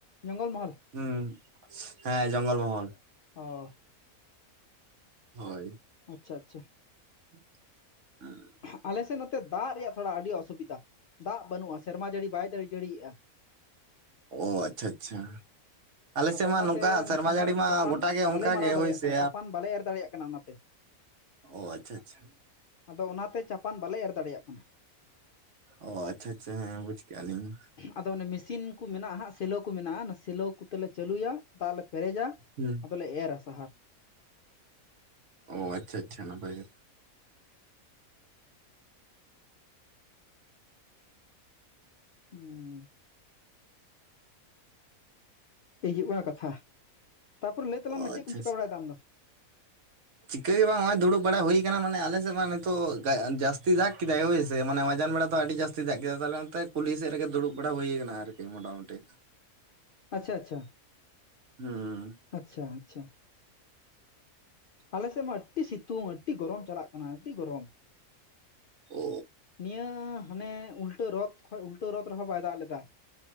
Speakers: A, on the left (about 80°); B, on the right (about 60°).
A: ᱡᱚᱝᱜᱚᱞ ᱢᱚᱦᱚᱞ?
B: ᱦᱩᱸ, ᱦᱮᱸ ᱡᱚᱝᱜᱚᱞ ᱢᱚᱦᱚᱞ᱾
A: ᱚ᱾
B: ᱦᱳᱭ᱾
A: ᱟᱪᱪᱷᱟ ᱟᱪᱪᱷᱟ᱾
B: <unintelligible>
A: ᱟᱞᱮ ᱥᱮᱫ ᱱᱚᱛᱮ ᱫᱟᱜ ᱨᱮᱭᱟᱜ ᱛᱷᱚᱲᱟ ᱟᱹᱰᱤ ᱚᱥᱩᱵᱤᱫᱷᱟ ᱫᱟᱜ ᱵᱟᱹᱱᱩᱜᱼᱟ ᱥᱮᱨᱢᱟ ᱡᱟᱹᱲᱤ ᱵᱟᱭ ᱫᱟᱲᱤ ᱡᱟᱹᱲᱤᱭᱮᱜᱼᱟ᱾
B: ᱚ ᱟᱪᱪᱷᱟ ᱟᱪᱪᱷᱟ᱾ ᱟᱞᱮ
A: ᱟᱫᱚ
B: ᱥᱮᱫ ᱢᱟ
A: ᱚᱱᱟᱛᱮ
B: ᱱᱚᱝᱠᱟ
A: ᱚᱱᱟ
B: ᱥᱮᱨᱢᱟ
A: ᱥᱟᱦᱟᱨ
B: ᱡᱟᱹᱲᱤ
A: ᱚᱱᱟ
B: ᱢᱟ
A: ᱪᱟᱯᱟᱱ
B: ᱜᱚᱴᱟ ᱜᱮ
A: ᱵᱟᱞᱮ
B: ᱚᱱᱠᱟ
A: ᱢᱟᱨᱟᱣ
B: ᱜᱮ
A: ᱫᱟᱲᱮᱭᱟᱜ
B: ᱦᱳᱭ ᱥᱮ
A: ᱠᱟᱱᱟ ᱪᱟᱯᱟᱱ ᱵᱟᱞᱮ ᱮᱨ ᱫᱟᱲᱮᱭᱟᱜ ᱠᱟᱱᱟ ᱚᱱᱟᱛᱮ᱾
B: ᱚ ᱟᱪᱪᱷᱟ ᱟᱪᱪᱷᱟ᱾
A: ᱟᱫᱚ ᱚᱱᱟᱛᱮ ᱪᱟᱯᱟᱱ ᱵᱟᱞᱮ ᱮᱨ ᱫᱟᱲᱮᱭᱟᱜ ᱠᱟᱱᱟ᱾
B: ᱚ ᱟᱪᱪᱷᱟ ᱟᱪᱪᱷᱟ ᱦᱮᱸ ᱵᱩᱡᱽ ᱠᱟᱜᱼᱟ ᱞᱤᱧ᱾
A: ᱟᱫᱚ ᱚᱱᱮ ᱢᱮᱥᱤᱱ ᱠᱚ ᱢᱮᱱᱟᱜᱼᱟ ᱦᱟᱸᱜ ᱥᱮᱞᱳ ᱠᱚ ᱢᱮᱱᱟᱜᱼᱟ ᱚᱱᱟ ᱥᱮᱞᱳ ᱠᱚᱛᱮᱞᱮ ᱪᱟᱹᱞᱩᱭᱟ ᱛᱟᱜ ᱞᱮ ᱯᱮᱨᱮᱡᱟ
B: ᱦᱩᱸ
A: ᱟᱫᱚᱞᱮ ᱮᱨᱟ ᱥᱟᱦᱟᱨ᱾
B: ᱚ ᱟᱪᱪᱷᱟ ᱟᱪᱪᱷᱟ ᱱᱟᱯᱟᱭ ᱜᱮ᱾
A: ᱦᱩᱸ᱾ ᱮᱭ ᱦᱩᱭᱩᱜ ᱠᱟᱱᱟ ᱠᱟᱛᱷᱟ ᱛᱟᱯᱚᱨᱮ ᱞᱟᱹᱭ ᱛᱟᱞᱟᱝ
B: ᱚ
A: ᱢᱮ ᱪᱮᱫ
B: ᱟᱪᱪᱷᱟ
A: ᱠᱚᱢ ᱪᱤᱠᱟᱹ
B: ᱟᱪᱪᱷᱟ
A: ᱵᱟᱲᱟᱭ ᱮᱫᱟ ᱟᱢ ᱫᱚ?
B: ᱪᱤᱠᱟᱹ ᱜᱮ ᱵᱟᱝ ᱦᱚᱸᱜᱼᱚᱭ ᱫᱩᱲᱩᱵ ᱵᱟᱲᱟ ᱦᱩᱭ ᱠᱟᱱᱟ ᱢᱟᱱᱮ ᱟᱞᱮ ᱥᱮᱫ ᱢᱟ ᱱᱤᱛᱳᱜ ᱜᱟ ᱡᱟᱥ ᱛᱤ ᱫᱟᱜ ᱠᱮᱫᱟᱭ ᱦᱳᱭ ᱥᱮ ᱢᱟᱱᱮ ᱢᱟᱡᱟᱱ ᱵᱮᱲᱟ ᱫᱚ ᱟᱹᱰᱤ ᱡᱟᱹᱥᱛᱤ ᱫᱟᱜ ᱠᱮᱫᱟ ᱛᱟᱦᱚᱞᱮ ᱚᱱᱛᱮ ᱠᱩᱞᱦᱤ ᱥᱮᱫ ᱨᱮᱜᱮ ᱫᱩᱲᱩᱵ ᱵᱟᱲᱟ ᱦᱩᱭ ᱠᱟᱱᱟ ᱟᱨᱠᱤ᱾ ᱢᱚᱴᱟᱢᱩᱴᱤ᱾
A: ᱟᱪᱪᱷᱟ ᱟᱪᱪᱷᱟ᱾
B: ᱦᱩᱸ᱾
A: ᱟᱪᱪᱷᱟ ᱟᱪᱪᱷᱟ᱾ ᱟᱞᱮ ᱥᱮᱫ ᱢᱟ ᱟᱹᱰᱤ ᱥᱤᱛᱩᱝ ᱟᱹᱰᱤ ᱜᱚᱨᱚᱢ ᱪᱟᱞᱟᱜ ᱠᱟᱱᱟ ᱟᱹᱰᱤ ᱜᱚᱨᱚᱢ᱾
B: ᱚ
A: ᱱᱤᱭᱟᱹ ᱦᱟᱱᱮ ᱩᱞᱴᱟᱹ ᱨᱚᱛ ᱠᱷᱚᱡ ᱩᱞ ᱴᱟᱹ ᱨᱚᱛ ᱨᱮᱦᱚᱸ ᱵᱟᱭ ᱫᱟᱜ ᱞᱮᱫᱟ